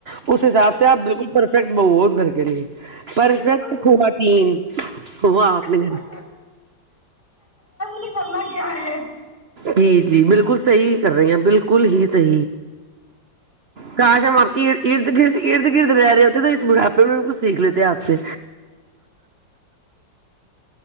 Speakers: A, on the right; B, on the left.
A: اس حساب سے آپ بالکل پرفیکٹ بو اس گھر کے لیے پرفیکٹ
B: بالکل
A: ہوا م ہوا آپ
B: میں
A: نے
B: سمجھ سما کیاے
A: جی جی بالکل صحی کر رہی ہیں بالکل ہی صی کاش ہم آپ کی ارد گ گرد گرد لے رہے تھ بڑا تو ب کچ سیکھ لیتے آپ سے